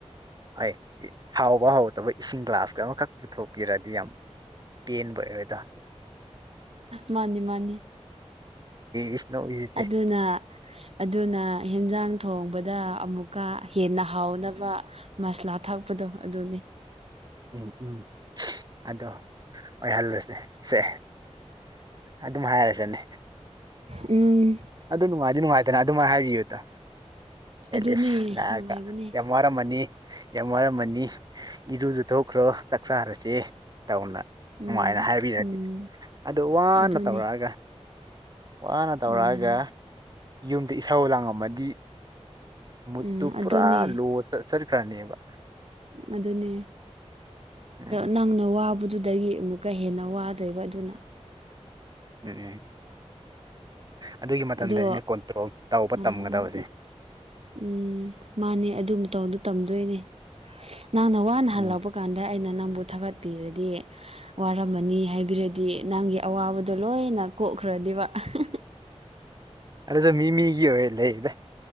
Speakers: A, on the right; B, on the right.
A: ꯍꯣꯏ ꯍꯥꯎꯕ ꯍꯥꯎꯗꯕ ꯏꯁꯤꯡ ꯒ꯭ꯂꯥꯁ ꯑꯃꯈꯛ ꯄꯨꯊꯣꯛꯄꯤꯔꯗꯤ ꯌꯥꯝ ꯄꯦꯟꯕ ꯑꯣꯏꯔꯣꯏꯗ꯭ꯔꯥ
B: ꯃꯥꯅꯤ ꯃꯥꯅꯤ
A: ꯏꯁ ꯅꯣꯛꯏꯁꯤꯗꯤ
B: ꯑꯗꯨꯅ ꯑꯗꯨꯅ ꯏꯟꯖꯥꯡ ꯊꯣꯡꯕꯗ ꯑꯃꯨꯛꯀ ꯍꯦꯟꯅ ꯍꯥꯎꯅꯕ ꯃꯁꯂꯥ ꯊꯥꯛꯄꯗꯣ ꯑꯗꯨꯅꯦ
A: ꯎꯝ ꯎꯝ ꯑꯗꯣ ꯑꯣꯏꯍꯜꯂꯁꯦ ꯁꯦ ꯑꯗꯨꯝ ꯍꯥꯏꯔꯁꯤꯅꯤ
B: ꯎꯝ
A: ꯑꯗꯨ ꯅꯨꯡꯉꯥꯏꯗꯤ ꯅꯨꯡꯉꯥꯏꯇꯅ ꯑꯗꯨꯃꯥꯏꯅ ꯍꯥꯏꯕꯤꯌꯨꯗ ꯑꯦꯂꯤꯁ
B: ꯑꯗꯨꯅꯦ
A: ꯂꯛꯑꯒ
B: ꯅꯨꯡꯉꯥꯏꯕꯅꯦ
A: ꯌꯥꯝ ꯋꯥꯃꯔꯃꯅꯤ ꯌꯥꯝ ꯋꯥꯔꯝꯃꯅꯤ ꯏꯔꯨꯖ ꯊꯣꯛꯈ꯭ꯔꯣ ꯆꯥꯛꯆꯥꯥꯔꯁꯦ ꯇꯧꯅ
B: ꯎꯝ
A: ꯅꯨꯡꯉꯥꯏꯅ ꯍꯥꯏꯕꯤꯔꯗꯤ
B: ꯎꯝ
A: ꯑꯗꯨ ꯋꯥꯅ
B: ꯑꯗꯨꯅꯦ
A: ꯇꯧꯔꯛꯑꯒ ꯋꯥꯅ ꯇꯧꯔꯛꯑꯒ
B: ꯎꯝ
A: ꯌꯨꯝꯗ ꯏꯁꯧ ꯂꯥꯡꯉꯝꯃꯗꯤ ꯃꯨꯠꯇꯨ
B: ꯎꯝ ꯑꯗꯨꯅꯦ
A: ꯄꯨꯔꯥ ꯂꯣꯗ ꯆꯠꯈ꯭ꯔꯅꯤꯕ
B: ꯑꯗꯨꯅꯦ
A: ꯎꯝ
B: ꯅꯪꯅ ꯋꯥꯕꯨꯗꯤ ꯑꯗꯨꯗꯒꯤ ꯑꯃꯨꯛꯀ ꯍꯦꯟꯅ ꯋꯥꯗꯣꯏꯕ ꯑꯗꯨꯅ
A: ꯎꯝ ꯑꯗꯨꯒꯤ ꯃꯇꯝꯗꯅꯦ
B: ꯑꯗꯣ
A: ꯀꯣꯟꯇ꯭ꯔꯣꯜ ꯇꯧꯕ
B: ꯎꯝ
A: ꯇꯝꯒꯗꯕꯁꯦ
B: ꯎꯝ ꯃꯥꯅꯦ ꯑꯗꯨ ꯃꯇꯧꯗ ꯇꯝꯗꯣꯏꯅꯦ ꯅꯪꯅ ꯋꯥꯅ
A: ꯎꯝ
B: ꯍꯜꯂꯛꯄ ꯀꯥꯟꯗ ꯑꯩꯅ ꯅꯪ ꯕꯨ ꯊꯥꯒꯠꯄꯤꯔꯗꯤ ꯍꯥ ꯋꯥꯔꯝꯃꯅꯤ ꯍꯥꯢꯕꯤꯔꯗꯤ ꯅꯪꯒꯤ ꯑꯋꯥꯕꯗꯣ ꯂꯣꯢꯅ ꯀꯣꯛꯈ꯭ꯔ ꯑꯗꯤ ꯋꯥ ꯑꯍꯦꯍꯦ
A: <inaudible> ꯑꯗꯨꯗ ꯃꯤ ꯃꯤꯒꯤ ꯑꯣꯏ ꯂꯩꯌꯦꯗ